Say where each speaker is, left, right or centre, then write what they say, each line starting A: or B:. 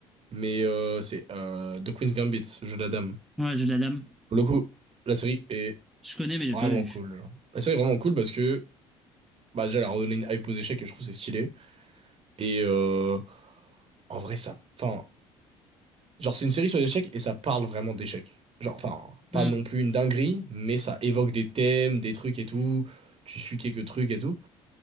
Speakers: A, on the right; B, in the centre.
A: mais euh, c'est euh, The Queen's Gambit, Jeu de la dame.
B: Ouais, le jeu de la dame.
A: Pour le coup, la série est
B: Je connais, mais j'ai
A: Vraiment
B: pas vu.
A: cool, genre. La série est vraiment cool parce que, bah, déjà, elle a redonné une hype aux échecs et je trouve que c'est stylé. Et euh, en vrai, ça. Enfin, genre, c'est une série sur les échecs et ça parle vraiment d'échecs. Genre, enfin, pas
B: Hum,
A: non plus une dinguerie, mais ça évoque des thèmes, des trucs et tout. Tu suis quelques trucs et tout.